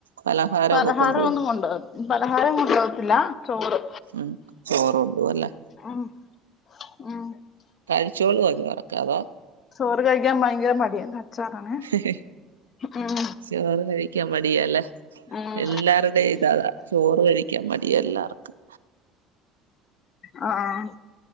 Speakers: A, on the right (about 75°); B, on the left (about 40°).
A: പലഹാരമൊക്കെ
B: പലഹാരം
A: കൊണ്ടുപോകും
B: ഒന്നും കൊണ്ടോവും പലഹാരം കൊണ്ടോ വത്തില്ല ചോറ്
A: ഉം ചോറ് കൊണ്ടോവും അല്ലേ.
B: ഉം ഉം
A: കഴിച്ചോളുവോ ചോറൊക്കെ അതോ
B: ചോറ് കഴിക്കാൻ ഭയങ്കര മടിയാണ് അച്ചാറാണെ
A: ഹെ ഹെ
B: ഉം.
A: ചോറ് കഴിക്കാൻ മടിയാല്ലേ
B: ഉം
A: എല്ലാരുടെയും ഇതാതാ ചോറ് കഴിക്കാൻ മടിയ എല്ലാർക്കും
B: ഹ ആഹ്